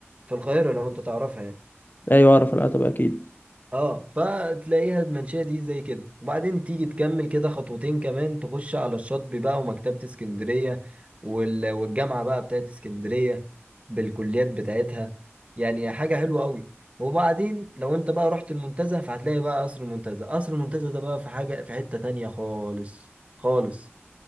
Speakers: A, on the right; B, on the left.
A: في القاهرة لو انت تعرفها يعني
B: أيوة أعرف العتبة أكيد
A: اه فتلاقيها المنشأة دي زي كده وبعدين تيجي تكمل كده خطوتين كمان تخش على الشاطبي بقى ومكتبة اسكندرية وال- والجامعة بقى بتاعت اسكندرية بالكليات بتاعتها يعني حاجة حلوة قوي وبعدين لو انت بقى رحت المنتزه فهتلاقي بقى قصر المنتزه قصر المنتزه ده بقى في حاجة في حتة تانية خالص خالص